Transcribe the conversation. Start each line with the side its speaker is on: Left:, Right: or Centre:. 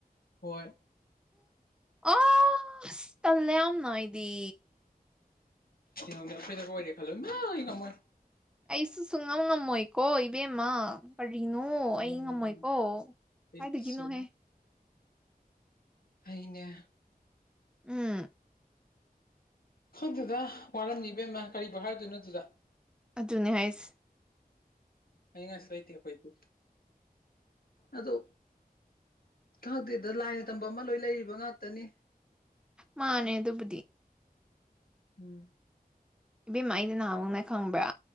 Left: ꯍꯣꯏ
Centre: ꯑ ꯇꯜꯂꯦ ꯌꯥꯝꯝꯅ ꯑꯩꯗꯤ
Left: ꯑꯩꯈꯣꯏꯗ ꯑꯣꯏꯔꯦ ꯈꯜꯂ ꯏꯃ ꯑꯩ ꯉꯝꯃꯣꯏ
Centre: ꯑꯩꯁꯨ ꯁꯨꯡ ꯉꯝ ꯉꯝꯃꯣꯏꯀꯣ ꯏꯕꯦꯝꯃ ꯀꯔꯤꯅꯣ
Left: ꯉꯝꯃꯣꯏ
Centre: ꯑꯩ ꯉꯝꯃꯣꯏꯀꯣ
Left: ꯉꯝꯃꯣꯏ ꯑꯩꯗꯤ
Centre: ꯀꯥꯏꯗꯒꯤꯅꯣꯍꯦ
Left: ꯁꯨꯡꯉꯝ ꯑꯩꯅ
Centre: ꯎꯝ
Left: ꯑꯗꯨꯗ ꯋꯥꯔꯝꯅꯤꯕꯦꯝꯃ ꯀꯔꯤꯕꯤ ꯍꯥꯏꯔꯗꯣꯏꯅꯣ ꯑꯗꯨꯗ
Centre: ꯑꯗꯨꯅꯦ ꯍꯥꯏꯁꯤ
Left: ꯑꯩ ꯉꯥꯏꯁꯤ ꯂꯩꯇ ꯑꯩꯈꯣꯏꯗꯤ ꯑꯗꯣ ꯈꯪꯗꯦꯗ ꯂꯥꯏꯅ ꯇꯝꯕ ꯑꯃ ꯂꯣꯏ ꯂꯩꯔꯤꯕ ꯉꯥꯛꯇꯅꯤ
Centre: ꯃꯥꯅꯦ ꯑꯗꯨꯕꯗꯤ
Left: ꯎꯝ
Centre: ꯏꯕꯦꯝꯃ ꯑꯩꯗꯤ ꯅꯍꯥꯟꯃꯨꯛꯅꯦ ꯈꯪꯕ꯭ꯔꯥ